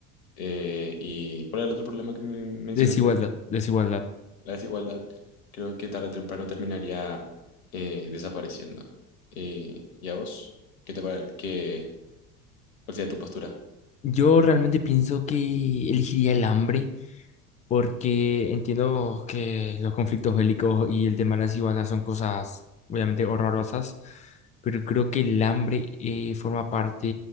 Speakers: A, on the left (about 60°); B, on the left (about 15°).
A: eh, y ¿cuál era el otro problema que me mencionaste?
B: Desigualdad, desigualdad.
A: La desigualdad. Creo que tarde o temprano terminaría eh, desapareciendo. Eh, ¿y a vos? ¿Qué te pare- qué- ¿Cuál sería tu postura?
B: Yo realmente pienso que elegiría el hambre porque entiendo que los conflictos bélicos y el tema de la desigualdad son cosas obviamente horrorosas, pero creo que el hambre eh, forma parte,